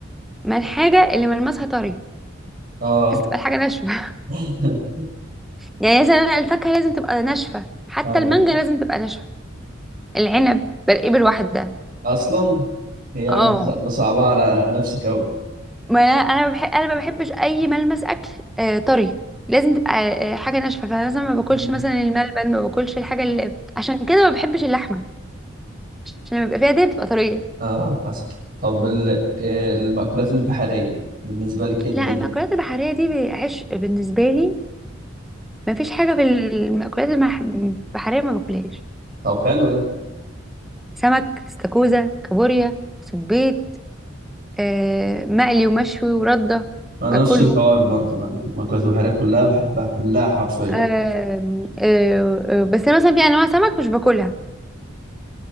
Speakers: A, in the centre; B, on the right.
A: مع الحاجه اللي ملمسها طري
B: اه
A: لازم تبقى الحاجه ناشفه
B: <laughs>
A: يعني مثلا الفاكهة لازم تبقى ناشفة حتى
B: ايوه
A: المانجا لازم تبقى ناشفة العنب برقيه بالوحدة
B: اصلا هي يا
A: اه
B: عم ص- صعبة على نفسك اوي
A: ما انا انا بحب انا ما بحبش اي ملمس اكل آه طري لازم تبقى آه حاجة ناشفة فانا مثلا ما باكلش
B: مم.
A: مثلا الملبن ما باكلش الحاجة اللي عشان كده ما بحبش اللحمة عشان لما بيبقى فيها دهن بتبقى طرية
B: اه حصل طب ال- المأكولات البحرية بالنسبة لك ايه الدنيا
A: لا المأكولات البحرية دي عشق بالنسبة لي ما فيش حاجة في المأكولات المح- البحرية ما باكلهاش
B: طب حلو ده
A: سمك استاكوزا كابوريا سبيط آه مقلي ومشوي وردة
B: انا
A: باكلهم
B: نفس الحوار برضه انا المأكولات البحرية كلها بحبها كلها حرفيا
A: آم، آه، آه، بس انا مثلا في انواع سمك مش باكلها